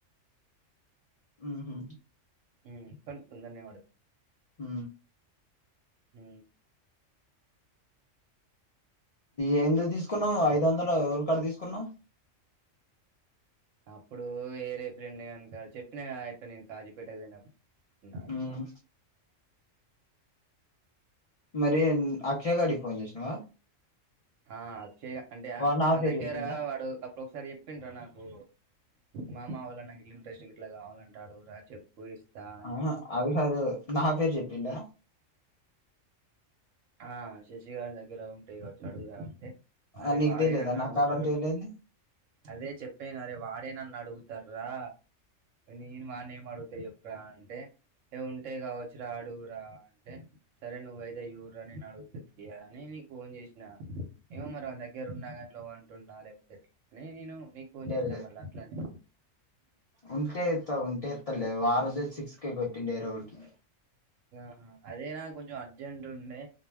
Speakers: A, on the left (about 70°); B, on the right (about 75°).
A: ఉహు
B: <unintelligible>
A: ఊ
B: హ
A: ఏందు తీసుకున్నవవ్ ఐదు వందలు ఎవరి కడ తీసుకున్నావ్
B: అప్పుడు వేరే ఫ్రెండ్ అనుక చెప్పినా ఇట్లా నేను కాజీపేటకు పోయినప్పుడు నా
A: ఉమ్ మరి అక్షయ గడికి ఫోన్ చేసినవ
B: ఆ అక్షయ అంటే
A: వాడు నా
B: మన
A: పేరు
B: దగ్గర
A: చెప్పిండా
B: వాడు ఇప్పు ఒకసారి చెప్పిండ రా నాకు మామ అవాల నాకు ఇట్లా ఇంట్రెస్ట్ ఇట్లా కావాలంటాడు రా చెప్పు <unintelligible>
A: ఆ అది కాదు నా పేరు చెప్పిండా
B: "ఉమ్, ఆ శశిగాని దగ్గర ఉంటాయి కాచ్చు అడుగుదా అంటే అరే
A: ఆ, నీకు
B: వాడేనన్ను
A: తెలీదా నా
B: అడుగుతా
A: కాడ ఉంటే లేంది
B: అదే చెప్పేను అరే వాడే నన్ను అడుగుతార రా నేను వాడేం అడుగుతా చెప్ అంటే ఏ ఉంటాయి్ కావచ్చు రా అడుగురా అంటే సరే నువ్వయితే యూ నేను అడుగుతు నని నీకు ఫోన్ చేసినా ఏమో మరి వా దగ్గర ఉన్నాంలో <unintelligible> అని నేను
A: లేదు
B: చేసినా
A: లేదు
B: మళ్ళీ అట్లానే
A: ఉంటే ఎస్త ఉంటే ఎస్తలే ఆ రోజే సిక్స్కే కొట్టిండే వేరే ఒడికి
B: ఆహ అదేనా కొంచెం అర్జెంట్ ఉండే